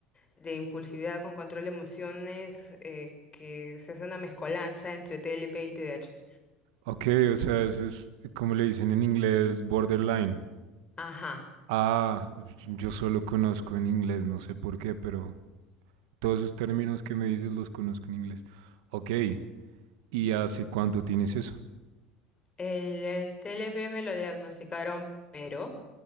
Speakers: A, on the left; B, on the right.
A: de impulsividad con control de emociones eh, que se hace una mezcolanza entre TLP y TDAH.
B: Ok, o sea, ese es, como le dicen en inglés, borderline.
A: Ajá.
B: Ah, yo solo conozco en inglés, no sé por qué, pero... Todos esos términos que me dices los conozco en inglés. Ok, ¿y hace cuánto tienes eso?
A: El, el TLP me lo diagnosticaron primero.